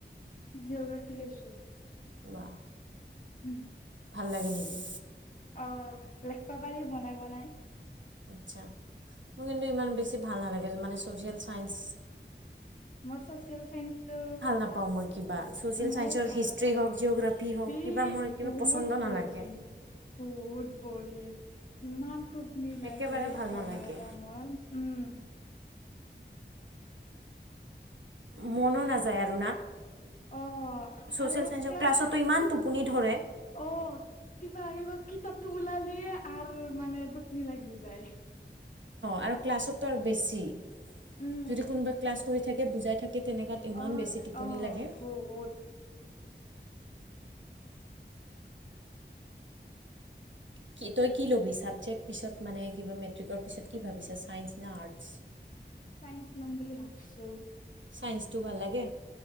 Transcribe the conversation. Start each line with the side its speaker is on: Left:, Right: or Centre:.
Left: জিঅগ্ৰাফি লৈছো।
Right: বাহ-
Left: উম <unintelligible>
Right: ভাল লাগে নেকি?
Left: অ' লেখব পাৰি বনাই বনাই।
Right: আচ্ছা। মোৰ কিন্তু ইমান বেছি ভাল নালাগে। মানে ছ'চিয়েল চায়েঞ্চ।
Left: মোৰ চচিয়েল চাইন্সটো
Right: নাপাওঁ মই কিবা ছ'চিয়েল
Left: মইও
Right: চায়েন্সৰ
Left: ভাল
Right: হিষ্ট্ৰী
Left: নাপাও।
Right: হওক জিঅ'গ্ৰাফী হওক
Left: ই--বহুত
Right: কিবা মোৰ কিবা পচন্দ নালাগে
Left: বৰিং- বহুত বৰিং। ইমান- টোপনি লাগে
Right: একেবাৰে ভাল
Left: পঢ়াৰ
Right: নালাগে
Left: টাইমত। উম-
Right: মন নাযায় আৰু না?
Left: অ-
Right: ছ'চিয়েল
Left: আৰু
Right: চায়েন্সৰ
Left: ক্লাছ
Right: ক্লাছতো ইমান
Left: কি-
Right: টোপনি ধৰে
Left: অ- কিবা আহিব কিতাপ- ওলালিয়ে আৰু মানে টোপনি লাগি যায়।
Right: আৰু ক্লাছততো আৰু বেছি
Left: উম
Right: যদি কোনোবাই ক্লাছ কৰি <unintelligible> বুজাই থাকে
Left: <unintelligible>
Right: তেনেকুৱাত ইমান বেছি টোপনি লাগে কি তই কি ল'বি ছাবজেক্ট পিছত মানে কিবা মেট্ৰিকৰ পিছত কি ভাবিছা ছাইন্স না আৰ্টছ
Left: চাইন্স লম বুলি ভাবিছো।
Right: ছায়ন্সটো ভাল লাগে